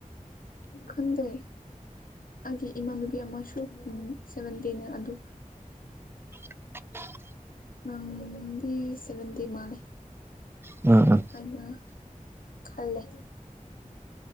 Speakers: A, on the left; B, on the right.
A: ꯈꯨꯟꯗꯩ ꯑꯩꯒꯤ ꯏꯃꯥꯟꯅꯨꯕꯤ ꯑꯃꯁꯨ ꯎ ꯁꯚꯦꯟꯇꯦꯅ ꯑꯗꯨ
B: <unintelligible> <inaudible>
A: ꯅꯪꯗꯤ ꯁꯕꯇꯤ ꯃꯥꯂꯦ
B: ꯎꯝ ꯎꯝ
A: ꯑꯩꯅ ꯈꯜꯂꯦ